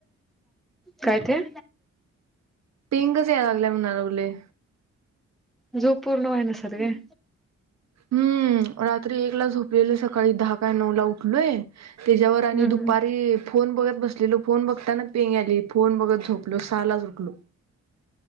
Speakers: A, in the centre; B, on the right.
A: काय ते?
B: पेंगच याय लागल्या म्हणाय लागलोय.
A: झो पूर्ण व्हय नसल गं.
B: हम्म रात्री एक ला झोपलेलं सकाळी दहा काय नऊ ला उठलोय तेच्यावर आणि
A: हम्म
B: दुपारी फोन बगत बसलेलो फोन बघताना पेंग आली फोन बगत झोपलो सालाच उठलो.